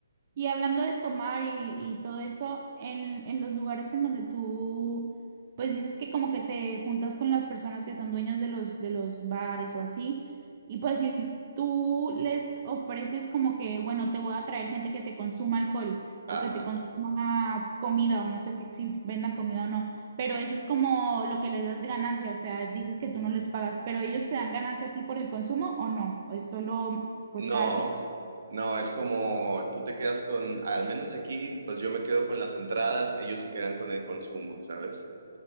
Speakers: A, on the right; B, on the right.
A: Y hablando de tomar y, y todo eso, en, en los lugares en donde tú, pues dices que como que te juntas con las personas que son dueños de los, de los bares o así, y pues decir, tú les ofreces como que, bueno, te voy a traer gente que te consuma alcohol o
B: Ajá.
A: que te consuma comida o no sé qué, si vendan comida o no, pero eso es como lo que les das de ganancia, o sea, dices que tú no les pagas, pero ellos te dan ganancia a ti por el consumo o no, o es solo, pues
B: No,
A: cada quien.
B: no, es como tú te quedas con, al menos aquí, pues yo me quedo con las entradas, ellos se quedan con el consumo, ¿sabes?